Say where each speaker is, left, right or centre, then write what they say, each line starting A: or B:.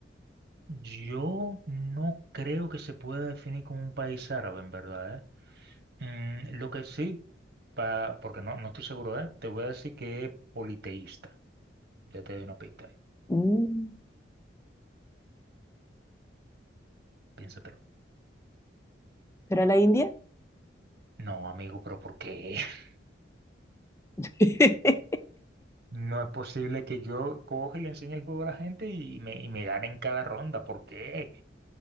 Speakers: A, on the right (about 60°); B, on the left (about 15°).
A: Yo no creo que se pueda definir como un país árabe, en verdad, ¿eh? Mm, lo que sí, pa- porque no, no estoy seguro, ¿eh? Te voy a decir que es politeísta. Ya te doy una pista ahí.
B: Mm.
A: Piénsatelo.
B: ¿Será la India?
A: No, amigo, pero ¿por qué? <laughs>
B: <laughs>
A: No es posible que yo coge y le enseñe el juego a la gente y me, y me gane en cada ronda. ¿Por qué?